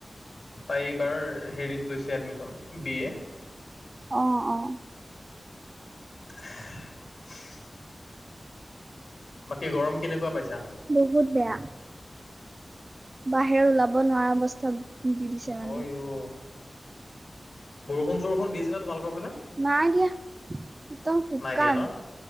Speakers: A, on the left (about 75°); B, on the right (about 40°).
A: তাই এইবাৰ হেৰিত লৈছে এডমিছন বি এ।
B: আহ, আহ।
A: <inaudible> বাকী গৰম কেনেকুৱা পাইছা।
B: বহুত বেয়া। বাহিৰৰ ওলাব নোৱাৰা অৱস্থা। দি দিছে মানে
A: হয়, অ, বৰষুণ, চৰষুণ দিছিলে তোমালোকৰ ফালে
B: নাই দিয়া ত, শুকান
A: নাই দিয়া ন